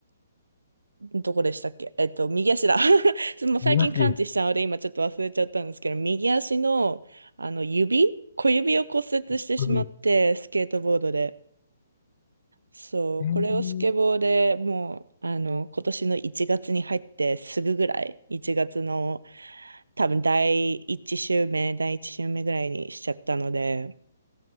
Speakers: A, on the right; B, on the left.
A: どこでしたっけえっと、右足だ。<laughs> もう最近感知したので、
B: 宮城、
A: 今ちょっと忘れちゃったんですけど、右足の、あの、指小指を骨折してしまって、
B: これに、
A: スケートボードで。そう、
B: ええー、
A: これをスケボーでもう、あの、今年の1月に入ってすぐぐらい、1月の多分第一週目、第一週目ぐらいにしちゃったので、